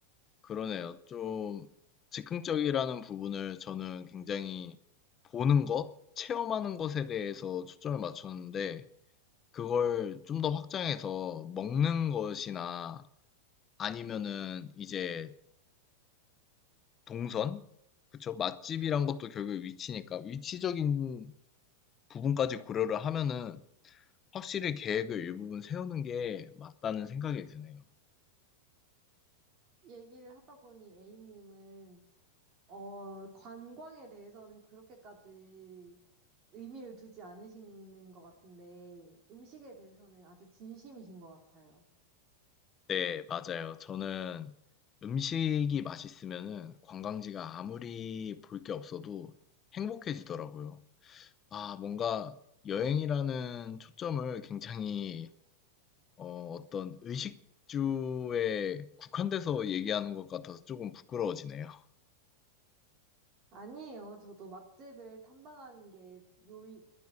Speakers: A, on the left; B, on the right.
A: 그러네요. 좀 즉흥적이라는 부분을 저는 굉장히 보는 것, 체험하는 것에 대해서 초점을 맞췄는데 그걸 좀 더 확장해서 먹는 것이나 아니면은 이제 동선? 그쵸? 맛집이란 것도 결국 위치니까 위치적인 부분까지 고려를 하면은 확실히 계획을 일부분 세우는 게 맞다는 생각이 드네요.
B: 얘기를 하다 보니 A님은 어, 관광에 대해서는 그렇게까지 의미를 두지 않으시는 것 같은데 음식에 대해서는 아주 진심이신 것 같아요.
A: 네, 맞아요. 저는 음식이 맛있으면은 관광지가 아무리 볼 게 없어도 행복해지더라고요. 아, 뭔가 여행이라는 초점을 굉장히 어, 어떤 의식주에 국한돼서 얘기하는 것 같아서 조금 부끄러워지네요.
B: 아니에요. 저도 맛집을 탐방하는 게 요인,